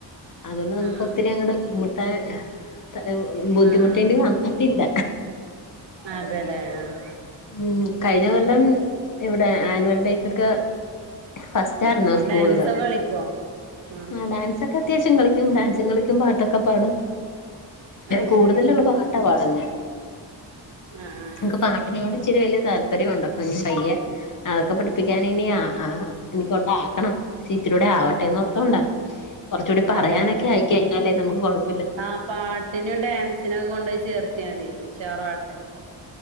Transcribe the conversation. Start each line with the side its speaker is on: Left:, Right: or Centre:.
Left: അതുകൊണ്ട് നമുക്ക്
Right: ആഹ്
Left: ഒത്തിരിയങ്ങടെ ബുദ്ധിമു <unintelligible> ബുദ്ധിമുട്ടേണ്ടി
Right: ആഹ്
Left: വന്നിട്ടില്ല
Right: അതെല്ലേ ആഹ്
Left: ആഹ് കഴിഞ്ഞ കൊല്ലം ഇവിടെ ആനുവൽ ഡേയ്ക്കൊക്കെ ഫസ്റ്റായിരുന്നു സ്കൂളില്
Right: ഡാൻസ് ഒക്കെ കളിക്കോ ഉം
Left: ആ ഡാൻസൊ ക അത്യാവശ്യ കളിക്കും ഡാൻസും കളിക്കും പാട്ടൊക്കെ പാടും
Right: അത്
Left: കൂടുതലുമവള്
Right: ശരി
Left: പാട്ടാ പാടുന്നെ
Right: ആ ആ
Left: നെനക് പാട്ട് അതിനോടിച്ചിരി വലിയ താല്പര്യമുണ്ട് അപ്പൊ ഇനി പയ്യെ അതൊക്കെ പഠിപ്പിക്കാൻ ഇനി ആ ആ ഇനികൊണ്ടാക്കണം ഇച്ചിരിയൂടെ ആവട്ടെന്നോർത്തോണ്ടാ
Right: ആ
Left: കുറച്ചുകൂടി പറയാനൊക്കെ
Right: അതെ
Left: ആയി എന്നാലേ നമുക് കുഴപ്
Right: ആ പാട്ടിനും ഡാൻസിനും ഒക്കെ കൊണ്ടോയി ചേർത്തിയാ മതി ഉഷാറാട്ടെ